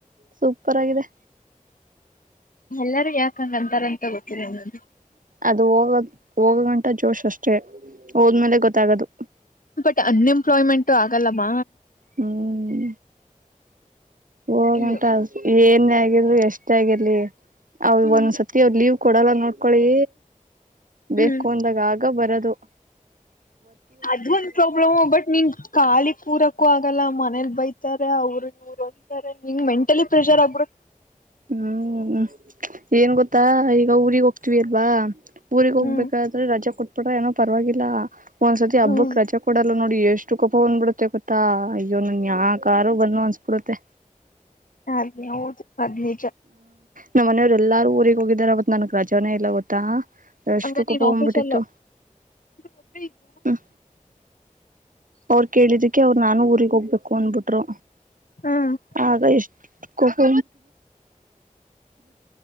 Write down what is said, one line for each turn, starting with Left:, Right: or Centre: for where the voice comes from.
Right: ಸೂಪರ್ ಆಗಿದೆ
Left: ಎಲ್ಲಾರೂ ಯಾಕಂಗ ಅಂತಾರಂತ ಗೊತ್ತಿರನ್ನದು
Right: ಅದು ಹೋಗದ ಹೋಗ ಗಂಟ ಜೋಶ್ ಅಷ್ಟೇ ಹೋದ್ಮೇಲೆ ಗೊತ್ತಾಗದು
Left: ಬಟ್ ಅನ್ಎಂಪ್ಲಾಯ್ಮೆಂಟ್ ಆಗಲ್ಲಮ್ಮ
Right: ಹ್ಮ ಹೋಗಂಟ
Left: ಅಯ್ಯೋ
Right: ಏನ್ ಆಗಿದ್ರು ಎಷ್ಟ ಆಗಿರ್ಲಿ ಅವ್ರ
Left: ಹ್ಮ್
Right: ಒಂದ್ಸತಿ ಅವ್ರ ಲೀವ್ ಕೊಡಲ್ಲ ನೋಡ್ಕೊಳ್ಳಿ ಬೇಕು
Left: ಹ್ಮ್
Right: ಅಂದಾಗ ಆಗ ಬರದು
Left: ಅದದು ಒಂದ ಪ್ರಾಬ್ಲಮ ಬಟ್ ನೀನ್ ಕಖಾಲಿ ಕೂರಕೂ ಆಗಲ್ಲ ಮನೇಲಿ ಬೈತ ಅವರು ಇವರು ಒಂತಾರೆ ನಿಂಗ್ ಮೆಂಟಲಿ ಪ್ರೆಷರ್ ಆಗ್ಬಿಡ
Right: ಹ್ಮ್ ಏನ್ ಗೊತ್ತಾ ಈಗ ಊಗ್ ಹೋಗ್ತವಿ ಅಲ್ವಾ ಊರಿಗೆಗ್ ಹೋಗ್ಬೇಕಾದ್ರೆ
Left: ಹ್ಮ್
Right: ರಜಾ ಕೊಟ್ಬಿಟ್ರ ಏನೋ ಪರವಾಗಿಲ್ಲ ಒಂದ್ಸರ್ತಿ ಹಬ್ಬಕ್
Left: ಹ್ಮ್
Right: ರಜೆ ಕೊಡಲ್ಲ ನೋ ನೋಡಿ ಎಷ್ಟು ಕೋಪ ಹೊಂದ್ಬಿಡುತ್ತೆ ಗೊತ್ತಾ ಅಯ್ಯೋನುನ್ ಯಾಕ್ಾರು ಬಂದು ಅನ್ಸ್ಬಿಡುತ್ತೆ
Left: ಹಾಗ ದು ಅದಲಿ
Right: ನಮ್ಮ್ನೆಯವ್ ಎಲ್ಲಾರು ಊರಿಗೆ ಹೋಗಾರ ಅವವತ್ ನನಗ್ ರಜಾನೇ ಇಲ್ಲ ಗೊತ್ತಾ ರಷ್ಟಕ್ಕೆ
Left: ಹಂಗ ನೀನ್
Right: ಪವಬಟ್ಟಿಟ್ಟು
Left: ಆಫೀಸಲ್ಲ ಒಬ್ಳೆ ಇದ್ಯಾ?
Right: ಹ್ಮ ಅವರು ಕೇಳಿದಕ್ಕೆ ಅವರು ನಾನು ಊಗ್ ಹೋಗ್ಬೇಕು ಅನ್ಬಿಟ್ರು
Left: ಹ್ಮ್
Right: ಆಗ ಎಷ್ಟ ಕಕ